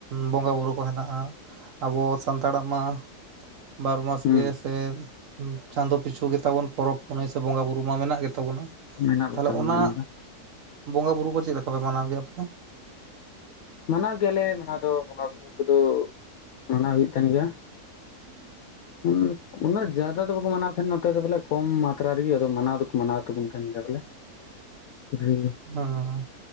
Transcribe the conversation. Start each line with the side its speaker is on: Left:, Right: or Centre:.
Right: ᱵᱚᱸᱜᱟ ᱵᱩᱨᱩ ᱠᱚ ᱦᱮᱱᱟᱜᱼᱟ ᱟᱵᱚ ᱥᱟᱱᱛᱟᱲᱟᱜ ᱢᱟ ᱵᱟᱨᱚ ᱢᱟᱥ
Left: ᱦᱩᱸ
Right: ᱜᱮ ᱥᱮᱼᱼ ᱪᱟᱸᱫᱚ ᱯᱤᱪᱷᱩ ᱜᱮ ᱛᱟᱵᱚᱱ ᱯᱚᱨᱚᱵ ᱯᱩᱱᱟᱹᱭ ᱥᱮ ᱵᱚᱸᱜᱟ ᱵᱩᱨᱩ ᱢᱟ ᱢᱮᱱᱟᱜ ᱜᱮᱛᱟ ᱵᱚᱱᱟ
Left: ᱢᱮᱱᱟᱜ
Right: ᱛᱟᱦᱚᱞᱮ
Left: ᱵᱚᱛᱟᱢᱟ
Right: ᱚᱱᱟ
Left: ᱫᱚ
Right: ᱵᱚᱸᱜᱟ ᱵᱩᱨᱩ ᱠᱚ ᱪᱮᱫ ᱞᱮᱠᱟ ᱯᱮ ᱢᱟᱱᱟᱣ ᱜᱮᱭᱟ ᱟᱯᱮ ᱫᱚ
Left: ᱢᱟᱱᱟᱣ ᱜᱮᱭᱟᱞᱮ ᱢᱟᱱᱟᱣ ᱫᱚ ᱵᱚᱸᱜᱟ ᱵᱩᱨᱩ ᱠᱚᱫᱚ ᱢᱟᱱᱟᱣ ᱦᱩᱭᱩᱜ ᱠᱟᱱ ᱜᱮᱭᱟ
Right: <inaudible>
Left: ᱦᱩᱸ ᱩᱱᱟᱹᱜ ᱡᱟᱫᱟ ᱫᱚ ᱵᱟᱠᱚ ᱢᱟᱱᱟᱣ ᱛᱟᱦᱮᱸᱱᱟ ᱱᱚᱛᱮ ᱫᱚ ᱵᱚᱞᱮ ᱠᱚᱢ ᱢᱟᱛᱨᱟ ᱨᱮᱜᱮ ᱟᱫᱚ ᱢᱟᱱᱟᱣ ᱫᱚᱠᱚ ᱢᱟᱱᱟᱣ ᱛᱟᱵᱚᱱ ᱠᱟᱱ ᱜᱮᱭᱟ ᱵᱚᱞᱮ
Right: <inaudible>
Left: <unintelligible>
Right: ᱦᱚᱸ ᱦᱚᱸ